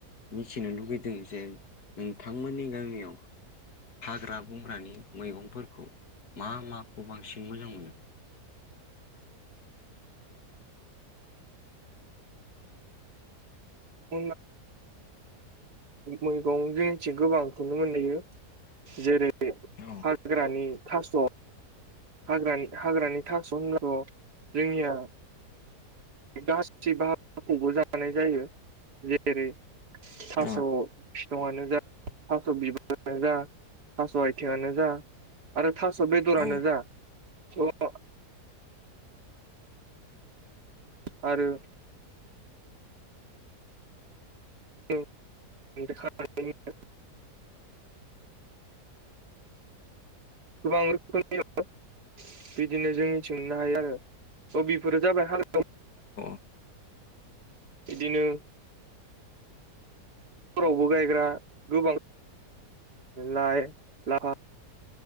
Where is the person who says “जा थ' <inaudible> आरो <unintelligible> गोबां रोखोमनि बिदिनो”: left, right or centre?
Right